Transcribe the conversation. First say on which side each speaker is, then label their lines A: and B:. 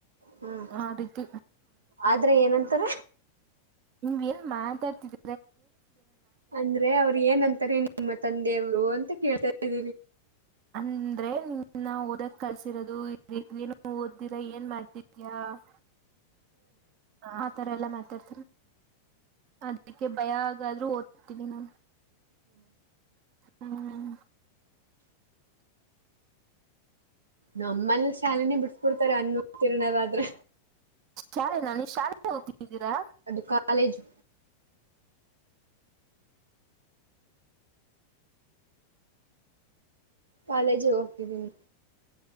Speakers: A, on the right (about 75°); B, on the right (about 40°).
A: ಹ್ಮ್
B: ಆ ರೀತಿ
A: ಆದ್ರೆ ಏನಂತಾರ
B: ನಿ್ ಎಲ್ ಮಾತಾಡ್ತಿದ
A: ಅಂದ್ರೆ ಅವರು ಏನ್ಂತಾರೆ ನಿಮ್ಮ ತಂದೆಯವರು ಅಂತ ಕೇಳ್ತಾರೆ <inaudible>
B: ಅಂದ್ರೆ ನಿಮನ್ನ ಓದಕ್ ಕಲ್ಸಿರೋದು ಏನು ಓದಿರ ಏನ್ ಮಾಡ ಆತರ ಎಲ್ಲ ಮ್ಯಾಟರ್ ಅದಕ್ಕೆ ಭಯ ಹಾಗಗಾದ್ರೂ ಓದ್ತೀನಿ ನಾ ಹ್ಮ್
A: ನಮ್ಮನ ಶಾಲೆನೇ ಬಿಡ್ಸ್ಕೊಡ್ತಾರೆ ಅನ್ನು ತಿರ್ನದಾದ್ರೆ
B: ಶಾಲೆನಾ ನೀವ್ ಶಾಲೆ ಹೋಗ್ತಿದ್ದೀರಾ
A: ಅದು ಕಾಲೇಜು ಕಾಲೇಜಿಗೆ ಹೋಗ್ತಿದ್ದೀನಿ